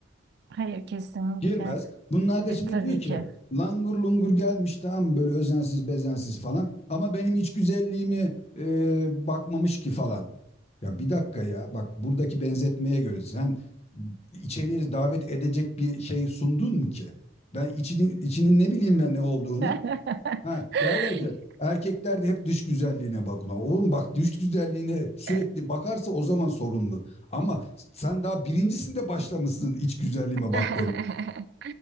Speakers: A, on the right; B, on the left.
A: Hayır kesinlikle.
B: Girmez. Bunlar da
A: E,
B: şimdi
A: tabii
B: diyor ki
A: ki.
B: langur lungur gelmiş tamam böyle özensiz bezensiz falan ama benim iç güzelliğimi e, bakmamış ki falan. Ya bir dakika ya bak buradaki benzetmeye göre sen içeriye davet edecek bir şey sundun mu ki? Ben içinin, içinin ne bileyim ben ne olduğunu.
A: <laughs>
B: Ha, derler ki erkekler de hep dış güzelliğine bakıyorlar. Oğlum bak dış güzelliğine sürekli
A: E,
B: bakarsa o zaman sorunlu. Ama sen daha birincisinde başlamışsın iç güzelliğime
A: <laughs>
B: bak demeye.